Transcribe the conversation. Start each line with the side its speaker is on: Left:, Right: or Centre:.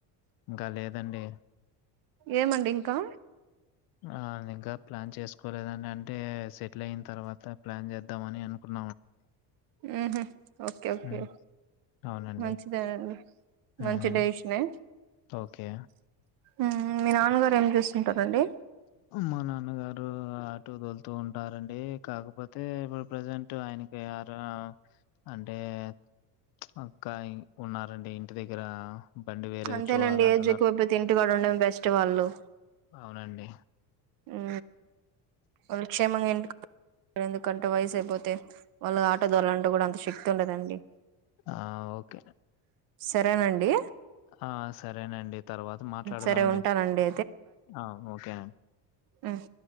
Left: ఇంకా లేదండి
Right: ఏమండి ఇంకా
Left: ఆ ఇంకా ప్లాన్ చేసుకోలేదండి అంటే సెటిల్ అయిన తర్వాత ప్లాన్ చేద్దామ అని అనుకున్నా
Right: ఊహూ ఓకే ఓకే
Left: హ్మ్ అవునండి
Right: మంచిదండి
Left: హ్మ్
Right: మంచి డెసిషనే
Left: ఓకే
Right: హ్మ్ మీ నాన్నగారు ఏం చేస్తుంటారండి
Left: మా నాన్నగారు ఆటో దొలుతూ ఉంటారండి కాకపోతే ఇప్పుడు ప్రజెంట్ ఆయనకి <unintelligible> అంటే ప్చ్ అక్కయ్ ఉన్నారండి ఇంటి దగ్గర బండి వేరేది
Right: అంతేనండి
Left: చూడాలంటున్నారు
Right: ఏజు ఎక్కువ అయిపోతే ఇంటికాడ ఉండడం బెస్ట్ వాళ్లు
Left: అవునండి
Right: ఉ వాళ్లు క్షేమంగా <inaudible> ఇంటికాడ వయసెక్కువైపోతే, వాళ్లు ఆటో దోలాళంటే కూడా అంత శక్తి ఉండదండి
Left: ఆ ఓకే
Right: సరే మర్ అండి
Left: ఆ సరేనండి తర్వాత మాట్లాడదామండి
Right: సరే ఉంటానండి
Left: ఆ ఓకేనం
Right: హ్మ్